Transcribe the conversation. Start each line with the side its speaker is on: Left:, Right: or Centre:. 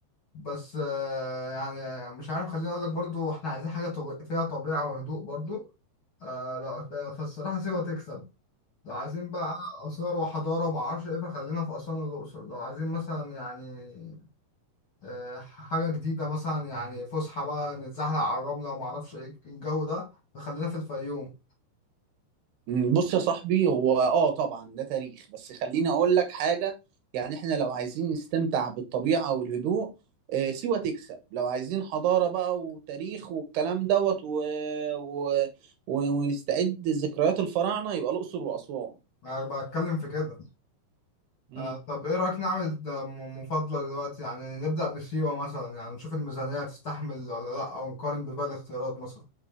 Left: بس آه يعني مش عارف خليني اقول لك برضو احنا عايزين حاجه طب... فيها طبيعه وهدوء برضو آه لا فالصراحه سيوه تكسب لو عايزين بقى اثار وحضاره وما اعرفش ايه فخلينا في اسوان والاقصر لو عايزين مثلا يعني آه حاجه جديده مثلا يعني فسحه بقى نتزحلق على الرمله وما اعرفش ايه الجو ده فخلينا في الفيوم
Right: مم، بص يا صاحبي هو اه طبعا ده تاريخ بس خليني اقول لك حاجه يعني احنا لو عايزين نستمتع بالطبيعه والهدوء آه، سيوه تكسب لو عايزين حضاره بقى وتاريخ والكلام دوت و... و... و... ونستعد ذكريات الفراعنه يبقى الاقصر واسوان
Left: انا بتكلم في كده
Right: مم.
Left: آه طب ايه رأيك نعمل ده م- مفاضلة دلوقتي يعني نبدأ بالسيوة مثلا يعني نشوف الميزانية تستحمل ولا لا او نقارن بباقي الاختيارات مثلا